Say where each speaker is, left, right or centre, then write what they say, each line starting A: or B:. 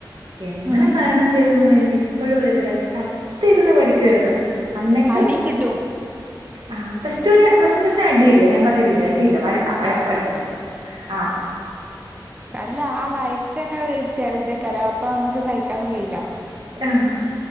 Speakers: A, on the right; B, on the right.
A: എങ്ങനെ
B: ഉം
A: തരണം ചെയ്തെന്നൊന്നും എനിക്ക് ഇപ്പോഴും അറിയത്തില്ല ചത്തിരുന്ന് പഠിക്കുവാരുന്നു അന്നിട്ടും
B: അടിയും കിട്ടും
A: ആഹ് പ്ലസ് ടുവിന് പ്ലസ് വൺ പ്ലസ്ടുന് അടിയില്ല ഞാൻ പറഞ്ഞില്ലേ അടിയില്ലേ വഴ ക്കാ വഴക്ക്
B: ആഹ്
A: വഴക്ക് ആഹ്
B: അല്ല ആഹ് വയക്ക് തന്നെ ചെലുതേക്ക അറിയ അപ്പൊ നമ്മക്ക് സഹിക്കാനും കയില്ല
A: ആഹ്